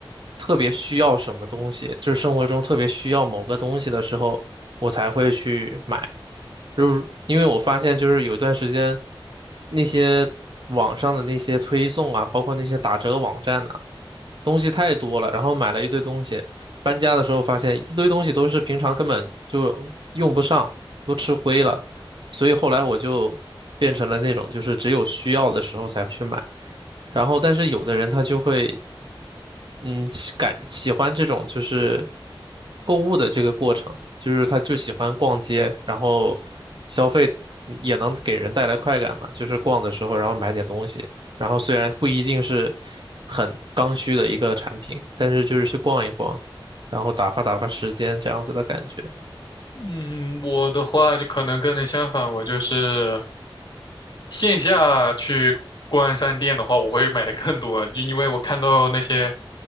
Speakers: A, on the right; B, on the left.
A: 特别需要什么东西，就是生活中特别需要某个东西的时候，我才会去买。就是因为我发现，就是有一段时间，那些网上的那些推送啊，包括那些打折网站呐、东西太多了，然后买了一堆东西，搬家的时候发现一堆东西都是平常根本就用不上，都吃灰了。所以后来我就变成了那种就是只有需要的时候才会去买，然后但是有的人他就会嗯喜感喜欢这种就是购物的这个过程，就是他就喜欢逛街，然后消费也能给人带来快感嘛，就是逛的时候然后买点东西，然后虽然不一定是很刚需的一个产品，但是就是去逛一逛，然后打发打发时间这样子的感觉。
B: 嗯，我的话就可能跟你相反，我就是线下去逛商店的话，我会买的更多，就因为我看到那些